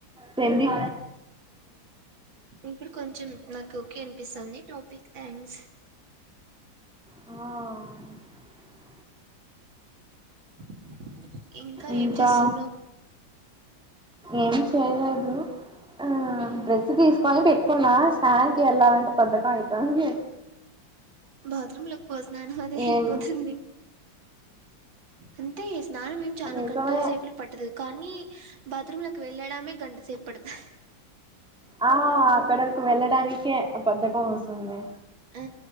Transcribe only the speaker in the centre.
పెండి
ఆ
ఇంకా
ఏం చేయలేదు ఆ
డ్రెస్ తీసుకొని పెట్టు కున్నా స్నానంకి వెళ్ళాలంటే బద్ధకం అయితంది
ఏం
నిజమే
ఆ అక్కడకి వెళ్ళడానికే బద్ధకం వస్తుంది